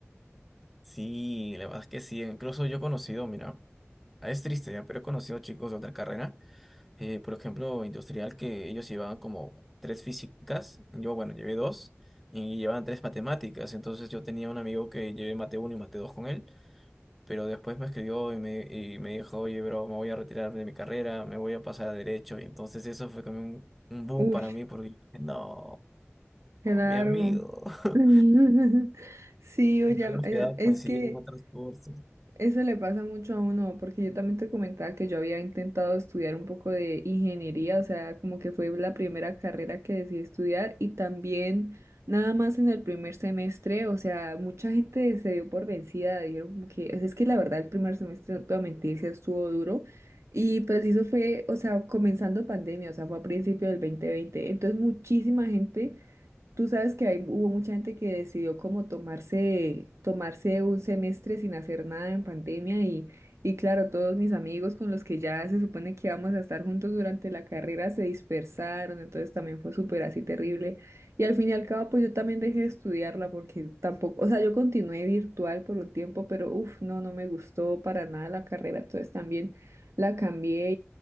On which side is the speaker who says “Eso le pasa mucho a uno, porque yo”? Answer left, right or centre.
Right